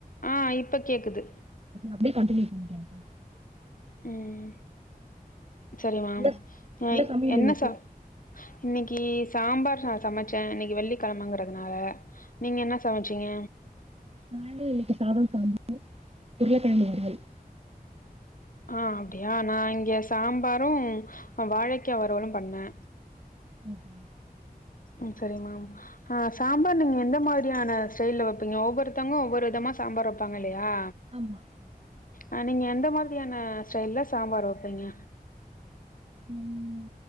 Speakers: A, on the left; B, on the right.
A: ஆ இப்ப கேக்குது
B: அப்டியே கன்டினியூ பண்ணிகோங்க
A: ம் செரிமா
B: என்ன
A: அ
B: சமையல்
A: என்ன
B: இன்னைக்கு
A: சாப் இன்னிக்கி சாம்பார் நா சமைச்சே இன்னிக்கி வெள்ளிக்கெழமைங்குறதுனால நீங்க என்ன சமைச் சிங்க
B: நானும் இன்னிக்கி சாதம் சமச்சே உருளக்கெழங்கு வருவல்
A: ஆ அப்டியா நா இங்க சாம்பாரும் வாழைக்கா வருவலும் பண்ணே
B: ம்ஹ்ம்.
A: ம் செரி மா ஆ சாம்பாரு நீங்க எந்த மாரியான ஸ்டைல்ல வைப்பீங்க ஒவ்வொருத்தவங்க ஒவ்வொரு விதமா சாம்பார் வைப்பாங்க இல்லயா
B: ஆமா
A: அ நீங்க எந்த மாதிரியான ஸ்டைல்ல சாம்பார் வைப்பீங்க
B: ம்